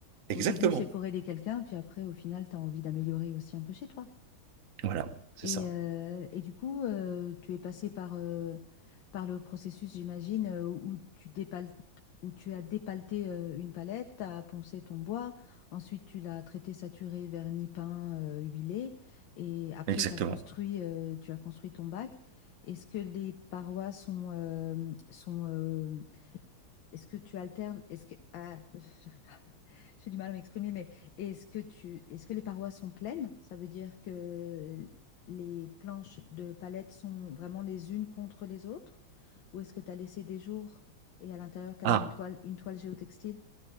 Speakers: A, on the right; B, on the left.
A: exactement.
B: Au début, c'est pour aider quelqu'un, puis après, au final, tu as envie d'améliorer aussi un peu chez toi.
A: Voilà, c'est
B: Et,
A: ça,
B: euh, et du coup, euh, tu es passé par, euh, par le processus, j'imagine, euh, où où tu dépal- où tu as dépaleté euh, une palette, tu as poncé ton bois, ensuite tu l'as traité, saturé, vernis, peint, euh, huilé, et après
A: exactement.
B: t'as construit, euh, tu as construit ton bac. Est-ce que les parois sont, euh, sont euh, est-ce que tu alternes? Est-ce que ah, <laughs> j'arrive pas, <laughs> j'ai du mal à m'exprimer, mais est-ce que tu, est-ce que les parois sont pleines? Ça veut dire que les planches de palette sont vraiment les unes contre les autres? Ou est-ce que tu as laissé des jours et à l'intérieur tu
A: Ah.
B: as mis une toile, une toile géotextile?